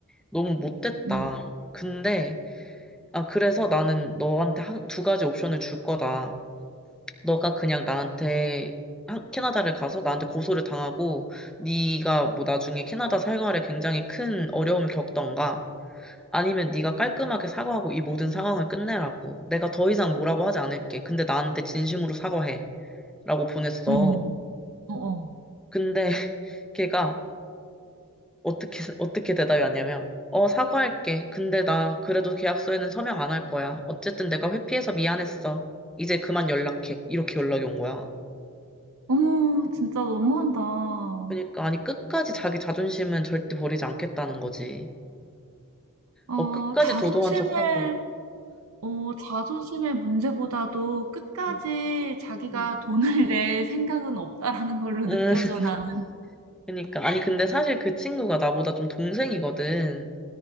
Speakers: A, in the centre; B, on the right (about 70°).
A: 너무 못됐다.
B: 음,
A: 근데, 아, 그래서 나는 너한테 한, 두 가지 옵션을 줄 거다. 너가 그냥 나한테 한- 캐나다를 가서 나한테 고소를 당하고 네가 뭐 나중에 캐나다 생활에 굉장히 큰 어려움을 겪던가 아니면 네가 깔끔하게 사과하고 이 모든 상황을 끝내라고 내가 더 이상 뭐라고 하지 않을게 근데 나한테 진심으로 사과해 라고 보냈어
B: 음, 어, 어.
A: 근데 <laughs> 걔가 어떻게 어떻게 대답이 왔냐면 어 사과할게 근데 나 그래도 계약서에는 서명 안 할 거야 어쨌든 내가 회피해서 미안했어 이제 그만 연락해 이렇게 연락이 온 거야
B: 어머, 진짜 너무한다.
A: 그러니까 아니 끝까지 자기 자존심은 절대 버리지 않겠다는 거지.
B: 어,
A: 어 끝까지
B: 자존심을,
A: 도도한 척하고.
B: 어, 자존심의 문제보다도 끝까지
A: 응,
B: 자기가
A: 응.
B: 돈을 <laughs> 낼 생각은 없다라는 걸로
A: 응,
B: 느껴져,
A: <laughs>
B: 나는.
A: 그러니까 아니 근데 사실 그 친구가 나보다 좀 동생이거든.